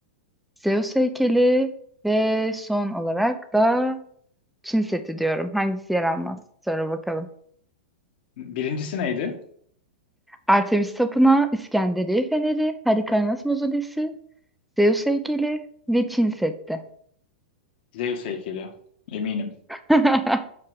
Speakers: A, in the centre; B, on the left (about 60°).
A: Zeus heykeli ve son olarak da Çin Seddi diyorum. Hangisi yer almaz? Sonra bakalım.
B: Birincisi neydi?
A: Artemis Tapınağı, İskenderiye Feneri, Halikarnas Müzesi, Zeus heykeli ve Çin Seddi.
B: Zeus heykeli. Eminim.
A: <laughs>